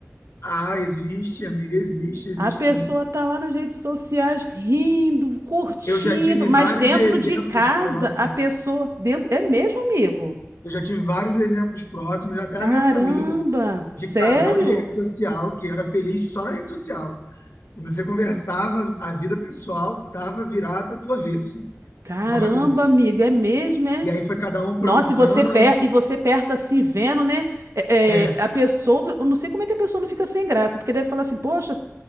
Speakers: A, on the left; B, on the right.
A: Ah, existe, amiga, existe, existe
B: A pessoa
A: sim.
B: tá lá nas redes sociais rindo, curtindo,
A: Eu já tive
B: mas
A: vários
B: dentro
A: exemplos
B: de casa,
A: próximos.
B: a pessoa dentro é mesmo, amigo?
A: Eu já tive vários exemplos próximos, até
B: Caramba!
A: na minha família,
B: Sério?
A: de casal de rede social que era feliz só na rede social. Quando você conversava, a vida pessoal estava virada do avesso,
B: Caramba,
A: uma bagunça.
B: amigo, é mesmo, é?
A: E aí foi cada um para
B: Nossa,
A: um canto.
B: e você, per... e você perto assim, vendo, né? É,
A: É,
B: é, a pessoa. Eu não sei como é que a pessoa não fica sem graça, porque deve falar assim, poxa,